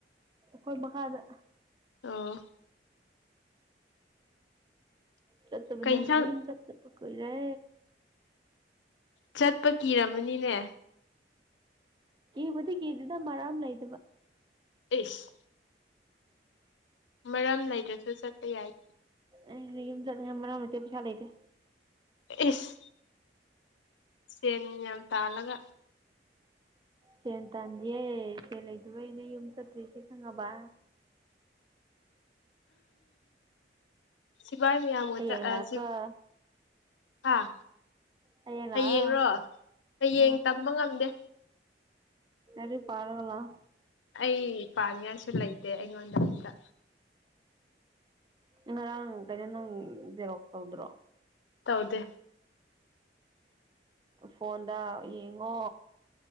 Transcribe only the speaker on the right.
ꯈꯣꯏꯕꯉꯥꯗ
ꯆꯠꯇꯕ
ꯅꯪ
ꯌꯨꯝ ꯆꯠꯇ ꯄꯨ ꯀꯔꯦ
ꯀꯤꯕꯨꯗꯤ ꯀꯤꯗꯨꯗ ꯃꯔꯥꯝ ꯂꯩꯗꯕ
ꯑꯩ ꯌꯨꯝ ꯆꯠꯂꯦ ꯃꯔꯛ ꯅꯇꯦ ꯄꯩꯁꯥ ꯂꯩꯇꯦ
ꯁꯦꯟ ꯇꯥꯟꯗꯤꯌꯦ ꯁꯦ ꯂꯩꯗꯕ ꯑꯩꯅ ꯌꯨꯝ ꯆꯠꯇ꯭ꯔꯤꯁꯦ ꯈꯪꯉꯕ
ꯍꯌꯦꯡ
ꯂꯥꯛꯑꯣꯀꯣ
ꯍꯌꯦꯡ
ꯂꯥꯛꯑꯣ
ꯎꯝ
ꯔꯤ ꯄꯔꯒꯥ
ꯉꯔꯥꯡ ꯀꯩꯅꯣ ꯅꯪ ꯖꯦꯔꯣꯛ ꯇꯧꯗ꯭ꯔꯣ
ꯐꯣꯟꯗ ꯌꯦꯡꯉꯣ